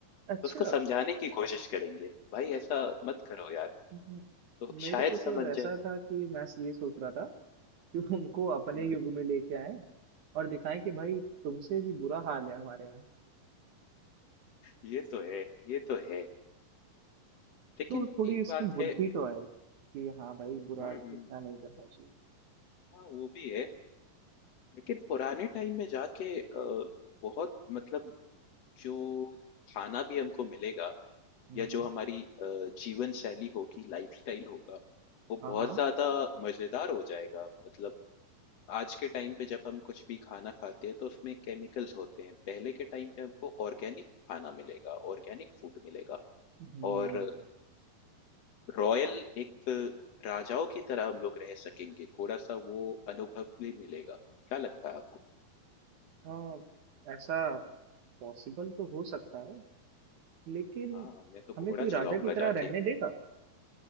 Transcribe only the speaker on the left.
उसको समझाने की कोशिश करेंगे, भाई ऐसा मत करो यार,
तो
शायद
समझ
जाए।
हुँ,
ये तो है, ये तो है। लेकिन
एक
बात
है
हुँ, हुँ।
हाँ, वो भी है। लेकिन पुराने टाइम में जाके अ, बहुत मतलब जो खाना भी हमको मिलेगा
या जो हमारी अ, जीवन शैली होगी, लाइफस्टाइल होगा, वो
बहुत
ज्यादा मजेदार हो जाएगा। मतलब आज के टाइम पे जब हम कुछ भी खाना खाते हैं तो उसमें केमिकल्स होते हैं। पहले के टाइम पे हमको ऑर्गेनिक खाना मिलेगा, ऑर्गेनिक फूड मिलेगा
और रॉयल एक राजाओं की तरह हम लोग रह सकेंगे। थोड़ा सा वो अनुभव भी मिलेगा। क्या लगता है आपको?
हाँ, मैं तो
घोड़ा
चलाऊँगा
जाके।